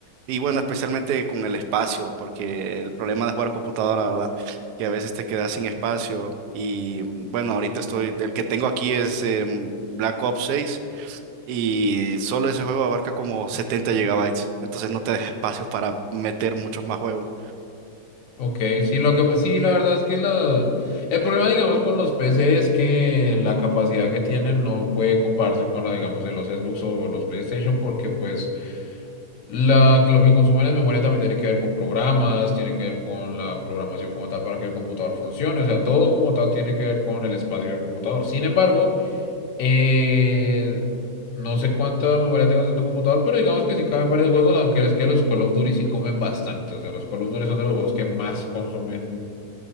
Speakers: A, on the right; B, on the left.
A: Y bueno, especialmente con el espacio, porque el problema de jugar computadora, ¿verdad? Que a veces te quedas sin espacio. Y mm, bueno, ahorita estoy, el que tengo aquí es em, Black Ops 6 y solo ese juego abarca como 70 gigabytes, entonces no te deja espacios para meter muchos más juegos.
B: Ok, sí, lo que, sí, la verdad es que la, el problema, digamos, con los PC es que la capacidad que tienen no puede compararse con la, digamos, de los Xbox o los PlayStation porque, pues, La, lo que consumen en memoria también tiene que ver con programas, tiene que ver con la programación como tal para que el computador funcione, o sea, todo como tal tiene que ver con el espacio del computador. Sin embargo, eh, no sé cuánta memoria tengas en tu computador, pero digamos que sí caben varios juegos, aunque es que los Call of Duty sí comen bastante, o sea, los Call of Duty son de los juegos que más consumen